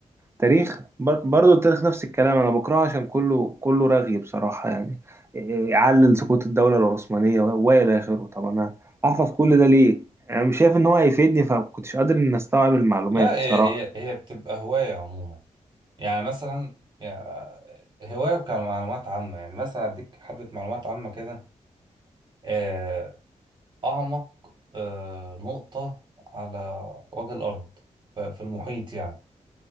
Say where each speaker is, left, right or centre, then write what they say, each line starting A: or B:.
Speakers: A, on the right (about 20°); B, on the right (about 35°).
A: تاريخ بر- برضه التاريخ نفس الكلام انا بكرهه عشان كله كله رغي بصراحه يعني إيه- إيه، يعلل سقوط الدوله العثمانيه و- والى اخره طب انا احفظ كل ده ليه انا مش شايف ان هو هيفيدني فكنتش قادر ان استوعب المعلومات
B: لا
A: بصراحه
B: هي هي هي بتبقى هواية عموما يعني مثلا يعني هواية كمعلومات عامة يعني مثلا أديك حبة معلومات عامة كده آه، أعمق آه، نقطة على وجه الأرض ف- في المحيط يعني